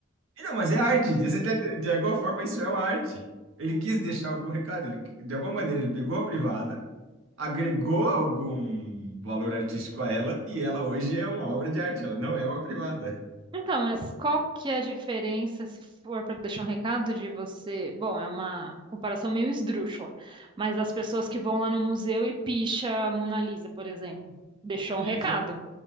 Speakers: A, on the right; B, on the right.
A: E não, mas é arte. Você tá- De alguma forma, isso é uma arte. Ele quis deixar algum recado. Ele, de alguma maneira, ele pegou a privada, agregou algum valor artístico a ela, e ela hoje é uma obra de arte. Ela não é uma privada.
B: Então, mas qual que é a diferença, se for para deixar um recado de você? Bom, é uma comparação meio esdrúxula, mas as pessoas que vão lá no museu e picha a Mona Lisa, por exemplo, deixou um
A: Veja,
B: recado.